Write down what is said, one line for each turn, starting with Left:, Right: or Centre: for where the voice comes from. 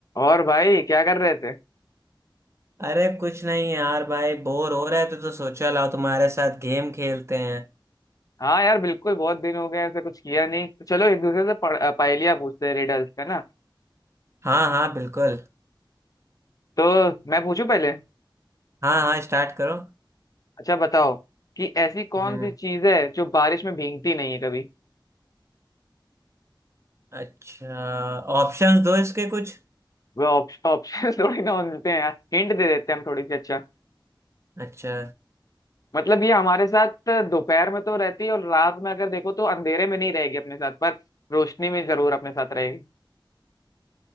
Left: और भाई क्या कर रहे थे
Right: अरे कुछ नहीं यार भाई बोर हो रहे थे तो सोचा लाओ तुम्हारे साथ गेम खेलते हैं
Left: हाँ यार बिल्कुल बहुत दिन हो गए ऐसा कुछ किया नहीं तो चलो एक दूसरे से पढ़- अ, पहेलियाँ पूछते हैं रिडल्स का ना
Right: हाँ हाँ बिल्कुल
Left: तो मैं पूछूं पहले
Right: हाँ हाँ स्टार्ट करो
Left: अच्छा बताओ कि ऐसी कौन
Right: हम्म
Left: सी चीज है जो बारिश में भीगती नहीं है कभी
Right: अच्छा ऑप्शंस दो इसके कुछ
Left: वह ऑप्शन <laughs> थोड़ी ना मिलते हैं यार हिंट दे देते हैं हम थोड़ी सी अच्छा
Right: अच्छा
Left: मतलब ये हमारे साथ दोपहर में तो रहती है और रात में अगर देखो तो अंधेरे में नहीं रहेगी अपने साथ पर रोशनी में जरूर अपने साथ रहेगी